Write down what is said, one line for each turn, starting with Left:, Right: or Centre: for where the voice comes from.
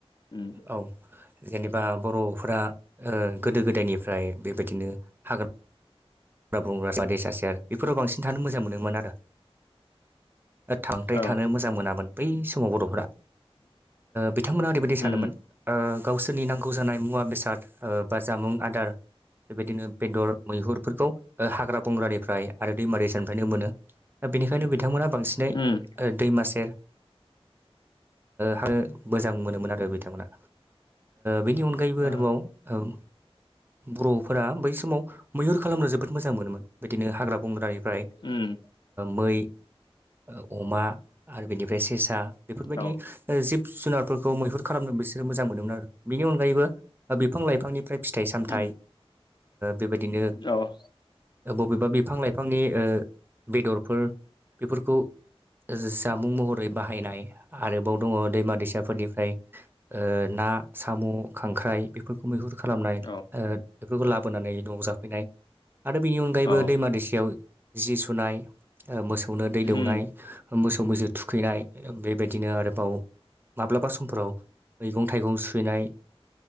Left: उम
Right: औ जेनेबा बर'फोरा गोदो गोदायनिफ्राय बेबायदिनो हाग्रा <unintelligible> बेफोराव बांसिन थानो मोजां मोनोमोन आरो थांबाय
Left: औ
Right: थानो मोजां मोनामोन बै समाव बर'फोरा बिथांमोनहा ओरैबायदि सानोमोन
Left: उम
Right: गावसोरनि नांगौ जानाय मुवा बेसाद बा जामुं आदार बेबायदिनो बेदर मैहुरफोरखौ हाग्रा बंग्रानिफ्राय आरो दैमा दैसानिफ्रायनो मोनो दा बेनिखायनो बिथांमोना बांसिन दै
Left: उम
Right: दैमा सेर हो मोजां मोनोमोन आरो बिथांमोना बेनि अनगायैबो आरोबाव
Left: ओ
Right: बर'फोरा बै समाव मैहुर खालामनो जोबबोद मोजां मोनोमोन बिदिनो हाग्रा बंग्रानिफ्राय
Left: उम
Right: मै अमा आरो बेनिफ्राय सेसा बेफोरबायदि
Left: औ
Right: जिब जुनारफोरखौ मैहुर खालामदों बिसोरो मोजां मोनोमोन आरो बिनि अनगायैबो बिफां लाइफांनिफ्राय फिथाइ सामथाइ
Left: उम
Right: बेबायदिनो
Left: औ
Right: बबेबा बिफां लाइफांनि बेदरफोर बेफोरखौ जामुं महरै बाहायनाय आरोबाव दङ दैमा दैसाफोरनिफ्राय ना साम' खांख्राइ बेफोरखौ मैहुर खालामनाय
Left: औ
Right: बेफोरखौ लाबोनानै न'आव जाफैनाय आरो बेनि अनगायैबो
Left: औ
Right: दैमा दैसायाव जि सुनाय मोसौनो दै
Left: उम
Right: दौनाय मोसौ मैसो थुखैनाय बेबायदिनो आरोबाव माब्लाबा समफोराव मैगं थाइगं सुनाय